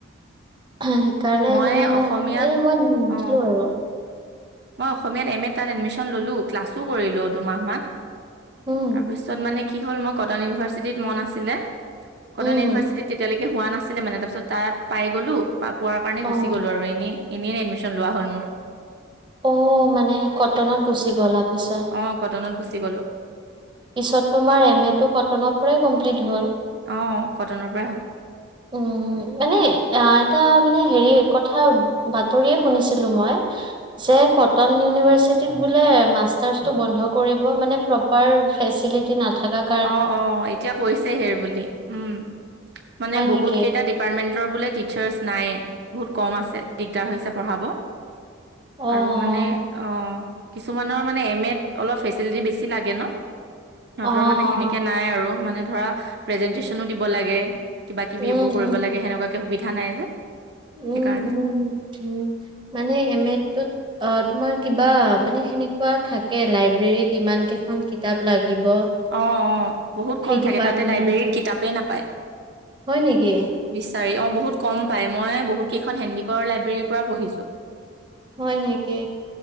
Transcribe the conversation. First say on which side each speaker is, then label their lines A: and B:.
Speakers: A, on the right; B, on the right.
A: সেইকাৰণে
B: মই
A: মানে
B: অসমীয়াত
A: এ মই নি নিদিলো
B: অ',
A: আৰু
B: মই অসমীয়া এম এ তাত এডমিশন ললো ক্লাছ কৰিলো দুমাহ মান
A: উম।
B: তাৰ পিছত মানে কি হল মোৰ কটন ইউনিভাৰ্ছিটিত মন আছিলে কটন
A: উম,
B: ইউনিভাৰ্ছিটিত তেতিয়া লৈকে সে হোৱা নাছিলে মানে তাৰ পিছত তাত পাই গলো পা পোৱাৰ কাৰণে
A: অ',
B: গুচি গ'লো আৰু এনেই এনেই এডমিশন লোৱা হ'ল মোৰ
A: অ মানে কটনত গুচি গ'লা পিছত
B: অ', কটনত গুচি গ'লো।
A: পিছত তোমাৰ এম এ টো কটনৰ পৰাই কমপ্লিট হ'ল
B: অ কটনৰ পৰাই হ'ল
A: উম মানে অ এটা মানে হেৰি কথা বাতৰিয়ে শুনিছিলো মই যে কটন ইউনিভাৰ্চিটিত বোলে মাষ্টাৰ্চটো বন্ধ কৰিব মানে পাৰ ফেচিলিটি নাথাকাত
B: অ অ এতিয়া কৈছে হেৰ বুলি উম মানে
A: হয়
B: বহুত
A: নেকি?
B: কেইটা ডিপ ডিপাৰ্টমেন্টৰ বোলে টিচাৰ্চ নাইয়েই বহুত কম আছে দিগদাৰ হৈছে পঢ়াব
A: অ',
B: আৰু মানে অ কিছুমানৰ মানে এম এত অলপ ফেচিলিটি বেছি লাগে ন
A: অ', অ',
B: সিহঁত মানে সেনেকে নাই আৰু মানে ধৰা প্ৰেজেন্টেচনো দিব লাগে কিবা কিবি
A: উম,
B: এইবোৰ কৰিব
A: উম।
B: লাগে সেনেকুৱাকে সুবিধা নাই যে সেইকাৰণে
A: উম উম মানে এম টোত অ তোমাৰ কিবা মানে সেনেকুৱা থাকে লাইব্ৰেৰীত ইমান কেইখন কিতাপ লাগিব
B: অ অ বহুত
A: সেই
B: কম থাকে
A: ডিপাৰ্টমেন্টটোত
B: তাতে লাইব্ৰেৰীত কিতাপেই নাপায়
A: হয় নেকি?
B: বিচাৰি অ বহুত কম পাই মই বহুত কেইখন হেণ্ডিকৰ লাইব্ৰেৰীৰ পৰা পঢ়িছো
A: হয় নেকি